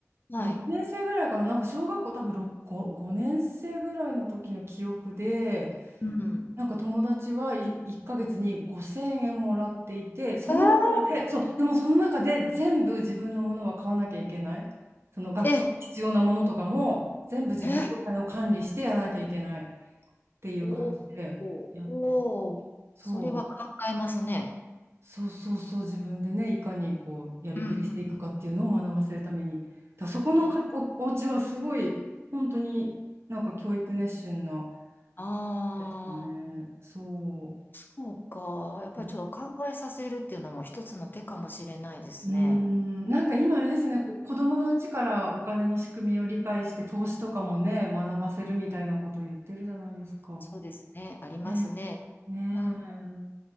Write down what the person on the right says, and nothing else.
何年生ぐらいかな、
なんか小学校多分6、5、5年生ぐらいの時の記憶で、
なんか友達はい1ヶ月に5000円もらっていて、その中で、
そう、でもその中で全部自分のものは買わなきゃいけない。その学校に必要なものとかも全部自分でお金を管理してやらなきゃいけないっ
ていう感じでやってて、
そう。そうそうそう、自分でね、いかにこう、やりくりしていくかっていうのを学ばせるために。
だからそこのかお、
お家はすごい、本当になんか教育熱心な、
でしたね。そ
う。うんーん、なんか今あれですね、こ、子供のうちからお金の仕組みを理解して、投資とかもね、学ばせるみたいなこと言ってるじゃないですか。
ねえ。ねえ。